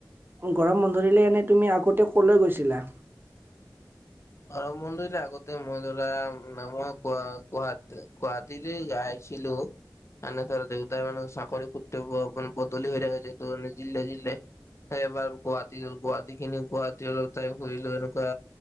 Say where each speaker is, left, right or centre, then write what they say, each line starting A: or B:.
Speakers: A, on the right; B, on the left.
A: গৰম বন্ধ দিলে এনেই তুমি আগতে ক'লৈ গৈছিলা।
B: অ বন্ধ দিলে আগতে মই ধৰা মই গুৱাহাটী। গুৱাহাটীলৈ জাইছিলো। তাৰমানে ধৰা দেউতাৰ মানে চাকৰি সূতে মানে বদলি হৈ থাকেটো যিহেতু জিলে জিলে এবাৰ গুৱাহাটী গুৱাহাটী খিনি গুৱাহাটী খিনি তাই কৰিলো এনেকুৱা।